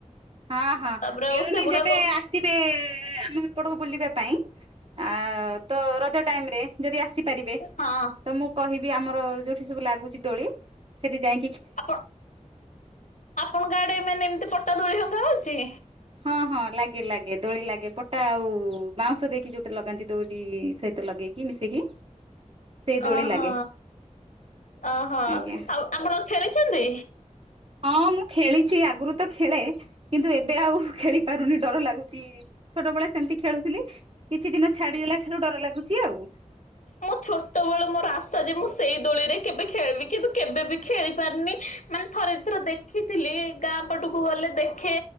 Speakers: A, on the right; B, on the left.
A: ହଁ ହଁ
B: ତାପରେ
A: ମିଳୁନି
B: ଆଉ ସେଗୁଡା
A: ଯେବେ
B: ଗ
A: ଆସିବେ ଆମେ ଉପରକୁ ବୁଲିବା ପାଇଁ। ଆ ତ ରଜ ଟାଇମ୍ ରେ ଯଦି ଆସି ପାରିବେ
B: ହଁ
A: ତ ମୁଁ କହିବି ବି ଆମର ଯୋଉଠି ସବୁ ଲାଗୁଚି ଦୋଳି ସେଠି ଯାଇଁ
B: ଆପଣ ଆପଣଙ୍କ ଆଡେ ମାନେ ଏମିତି ପଟା ଦୋଳିଭଙ୍ଗା ହଉଚି?
A: ହଁ ହଁ ଲାଗେ ଲାଗେ ଦୋଳି ଲାଗେ ପଟା ଆଉ ବାଉଁସ ଦେଇକି ଯୋଉଟା ଲଗାନ୍ତି ଦୌରି ସହିତ ଲଗେଇକି। ମିଶେଇକି ସେଇ ଦୋଳି
B: ଓହୋ
A: ଲାଗେ
B: ଓହୋ ଆଉ
A: ଆଜ୍ଞା
B: ଆପଣ ଖେଳିଚନ୍ତି?
A: ହଁ ମୁଁ ଖେଳିଚି ଆଗରୁ ତ ଖେଳେ କିନ୍ତୁ ଏବେ ଆଉ ଖେଳି ପାରୁନି ଡର ଲାଗୁଚି ଛୋଟବେଳେ ସେମିତି ଖେଳୁଥିଲି କିଛି ଦିନ ଛାଡିଦେଲା ଠାରୁ ଡର ଲାଗୁଚି ଆଉ।
B: ମୋ ଛୋଟବେଳୁ ମୋର ଆସ ଯେ ମୁଁ ସେଇ ଦୋଳିରେ କେବେ ଖେଳିବି କିନ୍ତୁ କେବେ ବି ଖେଳି ପାରୁନି ମାନେ ଥରେ ଥର ଦେଖିଥିଲି ଗାଁ ପଟକୁ ଗଲେ ଦେଖେ